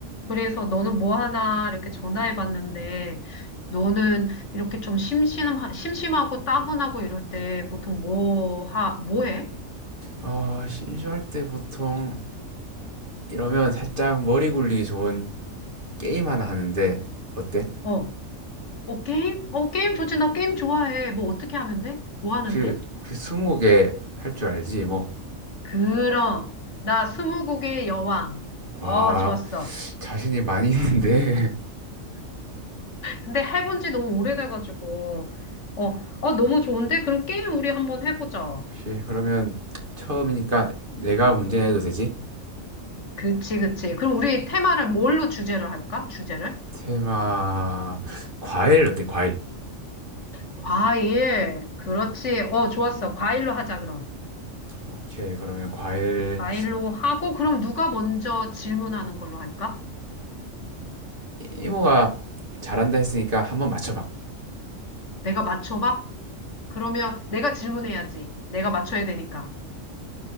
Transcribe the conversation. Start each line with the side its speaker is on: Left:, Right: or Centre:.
Left: 그래서 너는 뭐 하나 이렇게 전화해 봤는데 너는 이렇게 좀 심심, 심심하고 따분하고 이럴 때 보통 뭐 하, 뭐 해?
Right: 어, 심심할 때 보통, 이러면 살짝 머리 굴리기 좋은 게임 하나 하는데, 어때?
Left: 어. 어, 게임? 어, 게임 좋지. 나 게임 좋아해. 뭐 어떻게 하면 돼? 뭐 하는데?
Right: 혹시, 혹시 스무고개 할 줄 알지? 뭐,
Left: 그럼. 나 스무고개의 여왕.
Right: 아,
Left: 어, 좋았어.
Right: 자신이 많이 있는데.
Left: 근데 해본 지 너무 오래돼가지고. 어, 어, 너무 좋은데? 그럼 게임 우리 한번 해보자.
Right: <laughs> 혹시, 그러면, 처음이니까 내가 문제 내도 되지?
Left: 그치, 그치. 그럼 우리 테마를 뭘로 주제를 할까? 주제를?
Right: 테마, 과일 어때, 과일?
Left: 과일. 그렇지. 어, 좋았어. 과일로 하자, 그럼.
Right: 오케이, 그러면 과일,
Left: 과일로 하고, 그럼 누가 먼저 질문하는 걸로 할까?
Right: 이모가 잘한다 했으니까 한번 맞춰봐.
Left: 내가 맞춰봐? 그러면 내가 질문해야지. 내가 맞춰야 되니까.